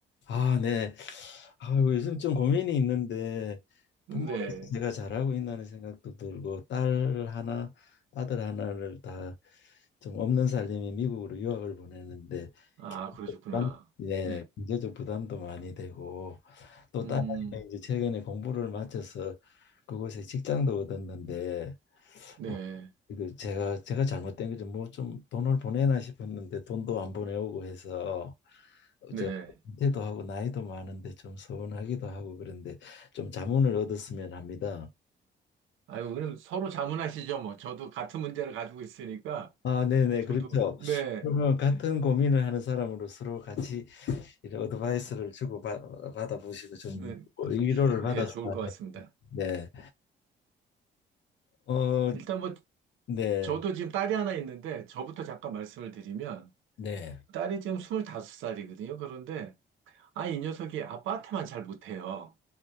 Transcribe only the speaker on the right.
네.
아, 그러셨구나.
네.
음,
네.
네.
아유, 그럼 서로 자문하시죠. 뭐, 저도 같은 문제를 가지고 있으니까,
저도,
네.
네, 그,
네,
좋을 것 같습니다.
일단 뭐,
저도 지금 딸이 하나 있는데, 저부터 잠깐 말씀을 드리면,
딸이 지금 25살이거든요. 그런데, 아, 이 녀석이 아빠한테만 잘 못해요.